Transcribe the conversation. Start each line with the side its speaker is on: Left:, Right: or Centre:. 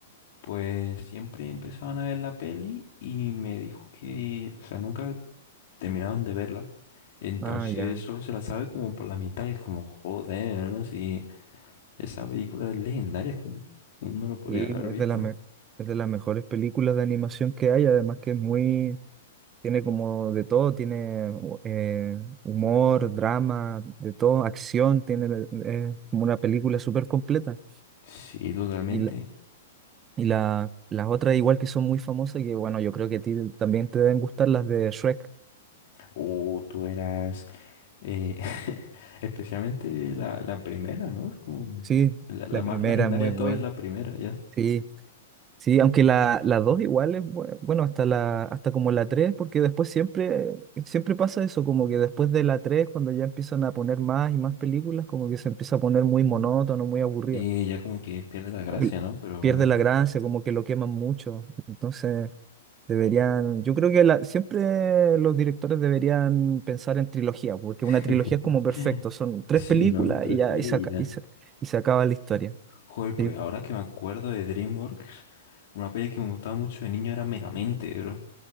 Left: Pues siempre empezaban a ver la peli y me dijo que, o sea, nunca terminaban de verla. Entonces
Right: Ah, ya.
Left: solo se la sabe como por la mitad y es como, joder, ¿no? Si esa película es legendaria, como uno lo podría
Right: Sí,
Left: haber visto.
Right: es de las me- es de las mejores películas de animación que hay, además que es muy, tiene como de todo, tiene u- eh, humor, drama, de todo, acción, tiene eh, como una película súper completa.
Left: Sí, totalmente.
Right: y Y la- las otras igual que son muy famosas, que bueno, yo creo que a ti también te deben gustar las de Shrek.
Left: O tú eras, eh, <laughs> especialmente la, la primera, ¿no? Es como
Right: Sí,
Left: la, la
Right: la
Left: más
Right: primera
Left: legendaria
Right: es muy
Left: de
Right: buena.
Left: todas es la primera, ya.
Right: Sí, sí, aunque la, la dos igual es bue- bueno, hasta la, hasta como la tres, porque después siempre, siempre pasa eso, como que después de la tres, cuando ya empiezan a poner más y más películas, como que se empieza a poner muy monótono, muy aburrido.
Left: Y ya como que pierde la gracia,
Right: El-
Left: ¿no? Pero
Right: Pierde
Left: bueno.
Right: la gracia, como que lo queman mucho. Entonces. Deberían, yo creo que la- siempre los directores deberían pensar en trilogía, porque
Left: <laughs>
Right: una trilogía es como perfecto, son tres
Left: Sí,
Right: películas
Left: ¿no? Tres
Right: y ya
Left: pelis
Right: y se, aca- y se- y se acaba la historia.
Left: Joder, pues
Right: Sí.
Left: ahora que me acuerdo de DreamWorks, una peli que me gustaba mucho de niño era Megamente, bro.